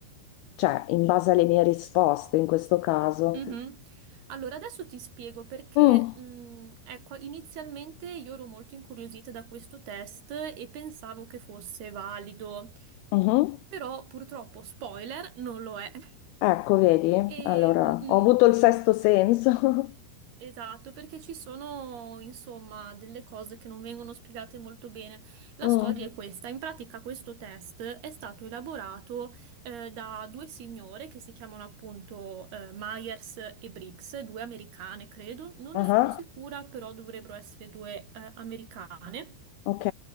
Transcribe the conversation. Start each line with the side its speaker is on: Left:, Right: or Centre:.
Left: cioè in base alle mie risposte in questo caso.
Right: mhm. Allora, adesso ti spiego perché,
Left: Mm,
Right: mm, ecco, inizialmente io ero molto incuriosita da questo test e pensavo che fosse valido,
Left: mhm.
Right: però purtroppo, spoiler, non lo è. <laughs>
Left: Ecco, vedi?
Right: E,
Left: Allora,
Right: mm,
Left: ho avuto il sesto senso. <laughs>
Right: Esatto, perché ci sono, insomma, delle cose che non vengono spiegate molto bene. La
Left: Mm,
Right: storia è questa. In pratica questo test è stato elaborato eh, da due signore che si chiamano appunto eh, Myers e Briggs, due americane, credo. Non
Left: aha,
Right: ne sono sicura, però dovrebbero essere due eh, americane
Left: Ok,